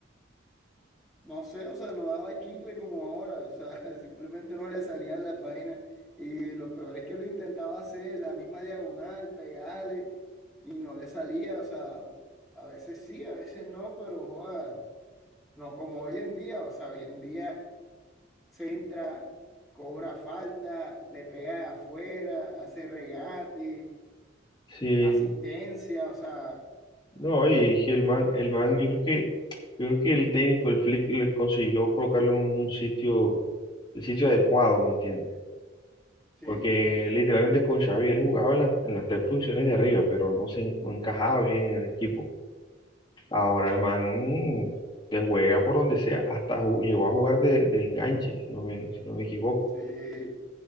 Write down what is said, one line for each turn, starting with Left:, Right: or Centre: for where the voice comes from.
Centre: no sé, o sea, no daba chicle como ahora, o sea, <laughs> simplemente no le salían las vainas. Y lo peor es que lo intentaba hacer, la misma diagonal, pegarle, y no le salía, o sea, a veces sí, a veces no, pero joda, no como hoy en día, o sea, hoy en día. centra, cobra falta, le pega de afuera, hace regate,
Left: Sí,
Centre: asistencia, o sea,
Left: No, y sí, el man, el man, yo creo que, yo creo que el técnico, el Flick, le consiguió colocarlo en un sitio, el sitio adecuado, ¿me entiendes?
Centre: sí,
Left: Porque literalmente con Xavi él jugaba en las, en las tres posiciones de arriba, pero no se en- no encajaba bien en el equipo. Ahora el man te juega por donde sea, hasta ju- llegó a jugar de, de enganche, si no me, si no me equivoco.
Centre: sí,